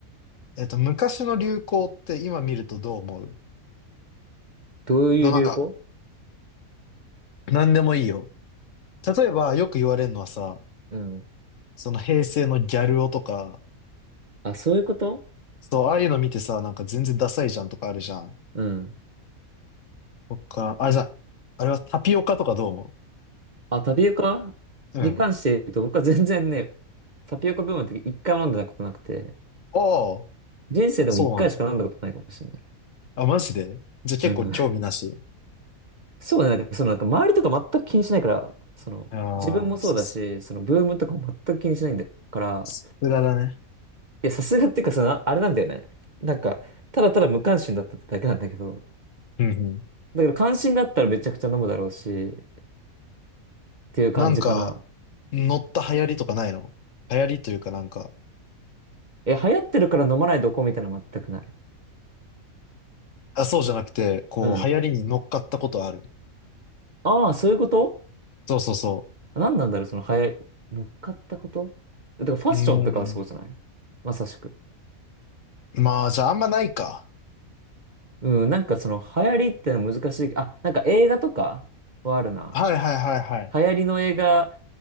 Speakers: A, on the left; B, on the right.
A: えっと、昔の流行って今見るとどう思う
B: どういう流行
A: どうなんか、なんでもいいよ。例えば、よく言われるのはさ、
B: うん。
A: その平成のギャル男とか、
B: あ、そういうこと
A: そう、ああいうの見てさ、なんか全然ダサいじゃんとかあるじゃん。
B: うん。
A: とか、あ、じゃあ、あれはタピオカとかどう思
B: あ、タピオカに関して言うと、
A: ううん。
B: 僕は全然ね、タピオカブームの時一回も飲んだことなくて、
A: おー
B: 人生でも一回しか飲んだことないかもしれない。
A: そうなんだ。あ、マジでじゃあ結構興味なし。
B: うん。そうね、なんか、そのなんか周りとか全く気にしないから、その、
A: ああ、
B: 自分もそうだし、
A: さす、
B: そのブームとかも全く気にしないんだから、
A: さすがだね。
B: いや、さすがっていうか、その、あれなんだよね。なんか、ただただ無関心だったってだけなんだけど、
A: うんうん。
B: だから関心があったらめちゃくちゃ飲むだろうし、っていう感じかな。
A: なんか、乗った流行りとかないの流行りというかなんか、
B: え、流行ってるから飲まないどこみたいなの全くない。
A: あ、そうじゃなくて、こう、
B: うん。
A: 流行りに乗っかったことある。
B: ああ、そういうこと
A: そうそうそ
B: 何なんだろう、その早い、乗っかったことだからファッションとかはそうじゃないまさしく。
A: う。うん。まあ、じゃああんまないか。
B: うん、なんかその流行りってのは難しい。あ、なんか映画とかはあるな。
A: はいはいはいはい。
B: 流行りの映画